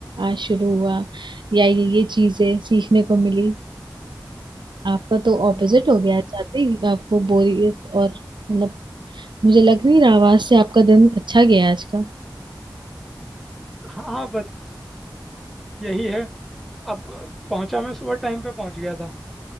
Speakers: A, on the right; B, in the centre.
A: आज शुरू हुआ या ये ये चीजें सीखने को मिली आपका तो ऑपोजिट
B: हम्म
A: हो गया जाते ही आपको बोरियत और मतलब मुझे लग नहीं रहा आवाज से आपका दिन अच्छा गया है आज का
B: हाँ हाँ बस यही है अब पहुंचा मैं सुबह टाइम पे पहुंच गया था